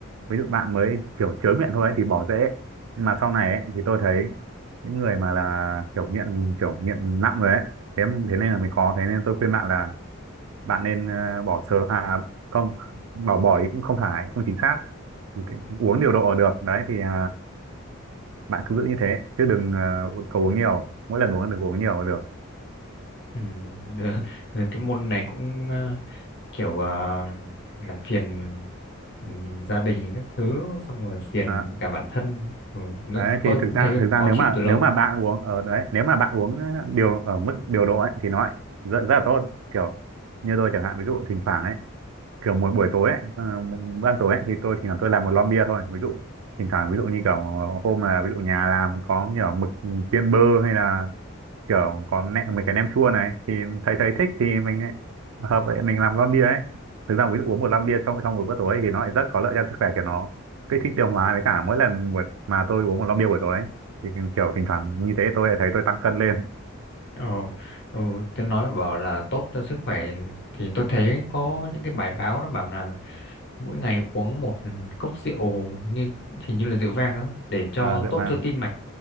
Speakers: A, on the right; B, on the left.
A: ví dụ bạn mới kiểu chớ nghiện thôi ấy, thì bỏ dễ nhưng mà sau này ấy, thì tôi thấy những người mà là kiểu nghiện kiểu nghiện nặng rồi ấy thế thế nên là mới khó thế nên tôi khuyên bạn là bạn nên ờ, bỏ sớm à không bỏ bỏ thì cũng không phải không chính xác Ok, uống điều độ được đấy thì à, bạn cứ giữ như thế chứ đừng ờ, uống- uống nhiều mỗi lần uống đừng có uống nhiều là được
B: ừ, <laughs> được. Rồi cái môn này cũng ờ, kiểu ờ, làm phiền ừ, gia đình các thứ xong rồi phiền
A: Đó.
B: cả bản thân ừ, nó-
A: đấy
B: tôi
A: thì
B: cũng
A: thực ra
B: thấy
A: thực
B: khó
A: ra nếu
B: chịu
A: mà
B: từ lâu
A: nếu mà bạn uống ở đấy nếu mà bạn uống điều ở mức điều độ ấy, thì nó lại rất, rất là tốt kiểu như tôi chẳng hạn ví dụ thỉnh thoảng ấy kiểu một buổi tối ấy ờ, một ban tối ấy thì tôi thỉnh thoảng tôi làm một lon bia thôi ví dụ thỉnh thoảng ví dụ như kiểu hôm là ví dụ nhà làm có nhiều mực chiên bơ hay là kiểu có nem, mấy cái nem chua này thì thấy thấy thích thì mình lại hợp vậy mình làm lon bia ấy thực ra ví dụ uống một lon bia trong trong một bữa tối thì nó lại rất có lợi cho sức khỏe của nó kích thích tiêu hóa với cả mỗi lần một mà tôi uống một lon bia buổi tối ấy, thì kiểu thỉnh thoảng như thế tôi lại thấy tôi tăng cân lên
B: ờ, ừ, tôi nói bảo là tốt cho sức khỏe thì tôi thấy có những cái bài báo nó bảo là mỗi ngày uống một ừ, cốc rượu như hình như là rượu vang á để cho
A: ờ rượu
B: tốt
A: vang
B: cho tim mạch